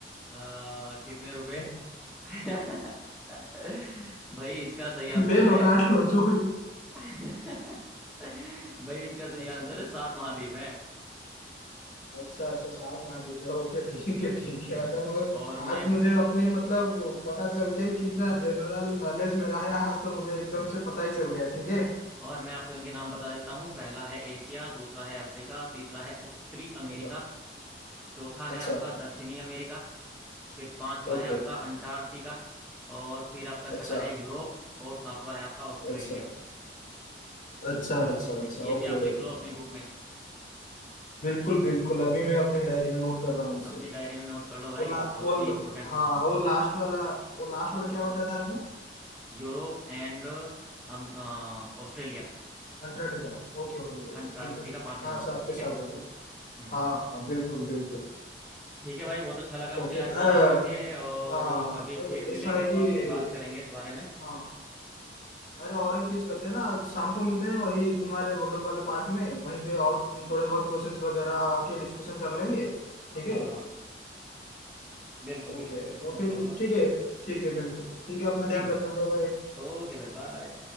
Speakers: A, in the centre; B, on the left (about 45°).
A: अ, कितने रुपए
B: <laughs>
A: <laughs> भाई इसका सही आंसर
B: ले
A: है
B: लो काट लो जो भी
A: <laughs> भाई इसका सही
B: अच्छा
A: आंसर है सात महाद्वीप हैं
B: अच्छा अच्छा साफ माफी पे ओके ठीक है ठीक है
A: हम्म
B: अगर मैं
A: और मैं
B: आज मुझे अपने मतलब पता चल गया कि कितना जनरल नॉलेज मेरा है आज तो मुझे एकदम
A: हम्म
B: से पता ही चल गया ठीक है
A: और मैं आपको इनके नाम बता देता हूँ पहला है एशिया दूसरा है अफ्रीका तीसरा है उत्तरी अमेरिका
B: अच्छा
A: चौथा
B: अच्छा
A: है आपका दक्षिणी अमेरिका फिर पांचवा
B: ओके
A: है आपका अंटार्कटिका और फिर आपका छठा
B: अच्छा
A: है यूरोप और सातवां है आपका ऑस्ट्रेलिया
B: अच्छा अच्छा अच्छा
A: ठीक
B: अच्छा
A: है ये
B: ओके
A: भी आप लिख
B: ओके
A: लो अपनी बुक में
B: बिल्कुल बिल्कुल अभी मैं अपने डायरी में नोट कर रहा हूँ इसे
A: अपनी डायरी में नोट कर लो भाई
B: वो ला
A: बहुत
B: वो ल-
A: ही इंपॉर्टेंट
B: हाँ
A: क्वेश्चन है
B: वो लास्ट वाला वो लास्ट वाला क्या बताया था आपने
A: यूरोप एंड ऑस्ट्रेलिया
B: अंटार्कटिका ओके हो गया हो
A: अंटार्कटिका
B: गया ठीक है ठीक
A: पांचवें
B: है हाँ
A: नंबर
B: साथ
A: पे ठीक
B: के
A: है
B: साथ हो गया
A: हम्म
B: हाँ हाँ बिल्कुल
A: चलो
B: बिल्कुल
A: ठीक है भाई बहुत अच्छा लगा मुझे
B: ओके
A: आपसे
B: अ,
A: बात करके और
B: हाँ
A: कभी
B: अ,
A: फिर
B: ऐसा
A: मिलेंगे
B: है
A: तो
B: कि
A: आपसे बात करेंगे इस बारे में
B: हाँ अरे और एक चीज करते हैं ना आज शाम को मिलते हैं वही तुम्हारे बगल वाले पार्क में वहीं पे और थोड़े बहुत क्वेश्चंस वगैरह के डिस्कशन कर लेंगे ठीक है
A: हाँ हाँ बिल्कुल
B: ओके
A: बिल्कुल बिल्कुल
B: तो
A: नो
B: फिर
A: प्रॉब्लम
B: ठीक है ठीक है बिल्कुल ठीक है अपना ध्यान
A: ठीक है भाई
B: रखना बाय बाय
A: ओके भाई बाय